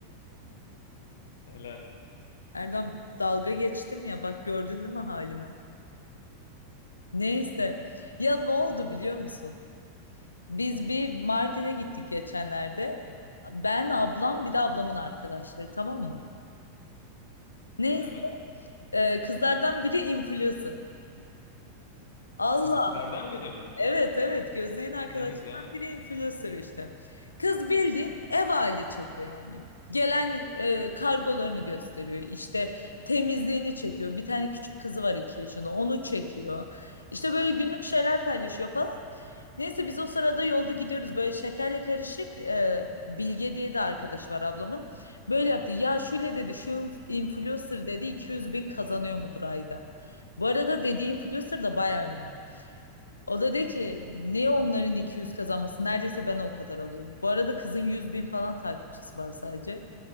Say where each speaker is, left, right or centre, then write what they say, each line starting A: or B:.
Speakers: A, on the left (about 65°); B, on the left (about 80°).
A: Helal.
B: Erdem dalga geçtim ya bak gördün değil mi halimi? Neyse. Ya ne oldu biliyor musun? Biz bir Mardin'e gittik geçenlerde. Ben, ablam bir de ablamın arkadaşları tamam mı? Neyse.
A: Evet.
B: e, kızlardan biri influencer. Allah
A: Sizinkilerden biri mi?
B: Evet evet gözlerin arkadaşlarından
A: Ne güzel.
B: biri influencer işte. Kız bildiğin ev hali çekiyor yani. Gelen e, kargolarını gösteriyor. İşte temizliğini çekiyor. Bir tane küçük kızı var iki yaşında onu çekiyor. İşte böyle günlük şeyler paylaşıyor falan. Neyse biz o sırada yolda gidiyoruz. Böyle şekerle karışık e, Bilge diye de arkadaş var ablamın. Böyle yaptı. Ya şöyle dedi şu inf- influencer dedi 200 bin kazanıyor mudur ayda? Bu arada dediği influencer da bayağı ünlü. O da de ki niye onların 200 kazanması? Neredeyse ben o kadar alıyorum. Bu arada kızın 100 bin falan takipçisi var sadece.